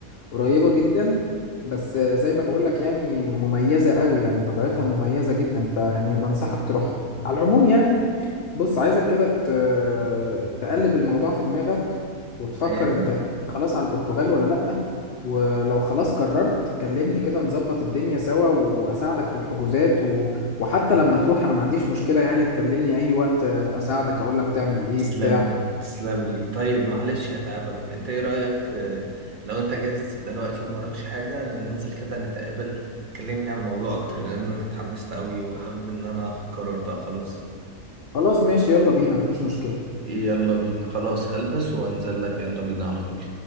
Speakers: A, on the left; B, on the right.
A: قريبة جدا بس زي ما بقول لك يعني مميزة قوي يعني طبيعتها مميزة جدا فيعني بنصحك تروح على العموم يعني بص عايزك كده ت- تقلب الموضوع في دماغك وتفكر
B: فاهم؟
A: انت خلاص على البرتغال ولا لا ولو خلاص قررت كلمني كده نظبط الدنيا سوا واساعدك في الحجوزات و... وحتى لما تروح انا ما عنديش مشكلة يعني تكلمني اي وقت آه، اساعدك اقولك تعمل ايه
B: تسلم
A: بتاع
B: لي تسلم لي طيب معلش هتعبك انت ايه رأيك آه، لو انت جاهز دلوقتي وموراكش حاجة ننزل كده نتقابل تكلمني عن الموضوع اكتر لان انا اتحمست قوي وحابب ان انا اخد قرار بقى خلاص
A: خلاص ماشي يلا بينا مفيش مشكلة
B: يلا بينا خلاص هلبس وانزل لك يلا بينا على طول